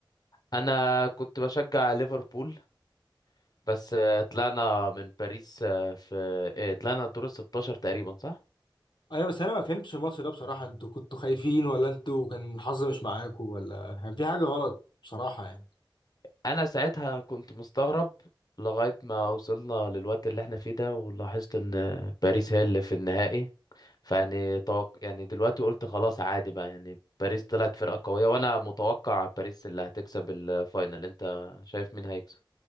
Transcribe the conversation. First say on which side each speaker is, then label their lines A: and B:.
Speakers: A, on the left (about 50°); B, on the left (about 65°).
A: انا كنت بشجع ليفربول بس آه، طلعنا من باريس آه، في آه، طلعنا الدور ال 16 تقريبا صح
B: ايوه بس انا ما فهمتش الماتش ده بصراحه انتوا كنتوا خايفين ولا انتوا كان الحظ مش معاكوا ولا كان في حاجه غلط بصراحه يعني
A: انا ساعتها كنت مستغرب لغاية ما وصلنا للوقت اللي احنا فيه ده ولاحظت ان باريس هي اللي في النهائي فيعني توق... يعني دلوقتي قلت خلاص عادي بقى يعني باريس طلعت فرقة قوية وانا متوقع باريس اللي هتكسب الفاينل انت شايف مين هيكسب